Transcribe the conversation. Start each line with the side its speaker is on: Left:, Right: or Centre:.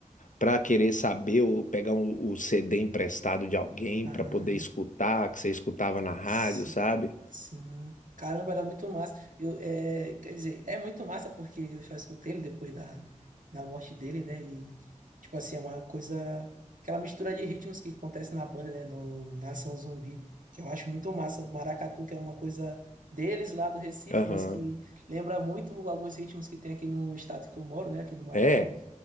Left: para querer saber ou pegar um- o CD emprestado de alguém
Right: Aham.
Left: pra poder escutar, que você escutava na rádio,
Right: Si-
Left: sabe?
Right: Sim. Caramba, era muito massa. Eu, é, quer dizer, é muito massa porque eu só escutei ele depois da, da morte dele, né? E, tipo assim, é uma coisa. Aquela mistura de ritmos que acontece na banda, né? No Nação Zumbi, que eu acho muito massa. O maracatu, que é uma coisa deles lá do Recife,
Left: Aham.
Right: mas que lembra muito alguns ritmos que tem aqui no estado que eu moro, né? Aqui no Maranhão.
Left: É,